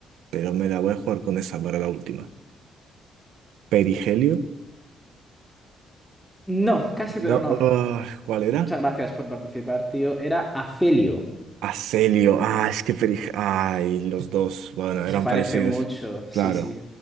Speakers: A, on the right; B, in the centre.
A: Pero me la voy a jugar con esa para la última. ¿Perigelio?
B: No, casi,
A: No.
B: pero no.
A: ah, ¿cuál era?
B: Muchas gracias por participar, tío. Era Afelio.
A: Aselio. Ah, es que Perigelio. Ay, los dos. Bueno,
B: Se
A: eran
B: parece
A: parecidos.
B: mucho, sí,
A: Claro.
B: sí.